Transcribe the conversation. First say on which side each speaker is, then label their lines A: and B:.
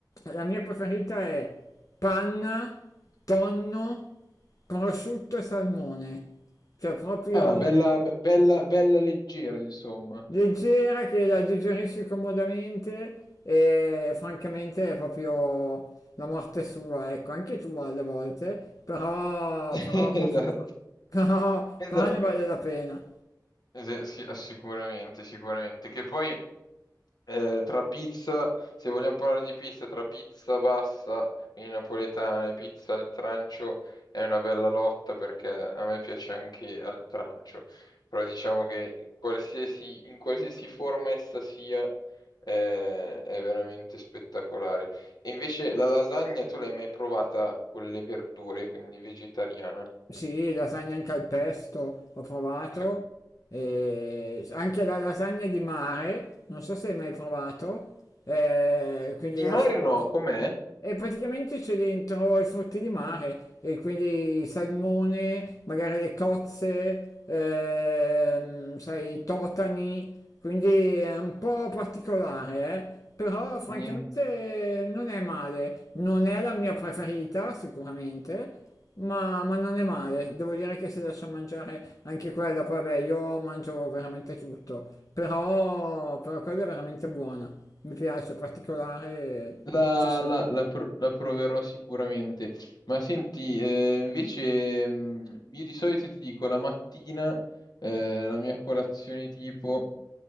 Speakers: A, on the left; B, on the left.
A: la mia preferita è panna, tonno, prosciutto e salmone. Cioè proprio
B: Ah, bella, be- bella, bella leggera, insomma.
A: leggera, che la digerisci comodamente e francamente è proprio la morte sua, ecco, anche tu alle volte, però,
B: <laughs>
A: però proprio...
B: Esatto.
A: <laughs> Però,
B: Esatto.
A: però ne vale la pena.
B: Eh, sì, sicuramente, sicuramente. Che poi eh, tra pizza, se vogliamo parlare di pizza, tra pizza bassa, quindi napoletana, e pizza al trancio è una bella lotta perché a me piace anche al trancio. Però diciamo che qualsiasi- in qualsiasi forma essa sia, eh, è veramente spettacolare. E invece la lasagna tu l'hai mai provata con le verdure, quindi vegetariana?
A: Sì, lasagna anche al pesto, ho provato,
B: Che...
A: e anche la lasagna di mare, non so se hai mai provato, eh, quindi
B: Di
A: lasagna...
B: mare no, com'è?
A: E praticamente c'è dentro i frutti di mare, e quindi salmone, magari le cozze, ehm, sai, i totani, quindi è un po' particolare, eh? Però francamente
B: Niente.
A: non è male, non è la mia preferita sicuramente, ma, ma non è male, devo dire che se lascia mangiare anche quella, poi vabbè io mangio veramente tutto, però, però quella è veramente buona, mi piace, particolare,
B: La,
A: ci sta.
B: la- la pro- la proverò sicuramente. Ma senti, eh, invece, mh, io di solito ti dico la mattina, eh, la mia colazione tipo,